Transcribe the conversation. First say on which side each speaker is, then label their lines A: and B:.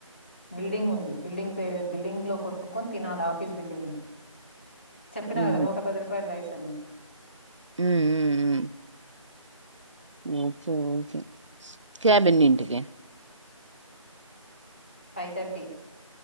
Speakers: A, on the left (about 20°); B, on the right (about 60°).
A: బిల్డింగ్ ఉంది బిల్డింగ్ తో బిల్డింగ్ లో కొనుక్కొని తినాలి ఆఫీస్ బిల్డింగ్ లో చెప్పినా
B: ఉమ్,
A: కదా నూట పది రూపాయలు రైస్ టన్
B: ఉమ్మ్ మ్మ్ మ్ ఓకే ఓకే క్యాబ్ ఎన్నింటికి
A: ఫైవ్ తర్టీ